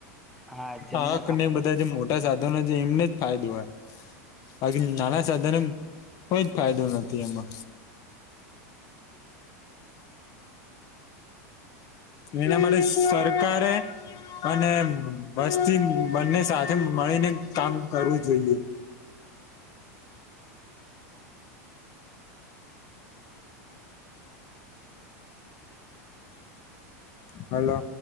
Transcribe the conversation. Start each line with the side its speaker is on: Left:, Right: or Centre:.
Centre: હા જેમને
Left: આકને
Centre: પા
Left: બધા જે મોટા મોટા સાધનો છે એમને જ ફાયદો હોય, બાકી નાના સાધનો કોઈ જ ફાયદો નથી એમાં. એના માટે સરકારે અને વસ્તી બંને સાથે મળીને કામ કરવું જોઈએ. હલો.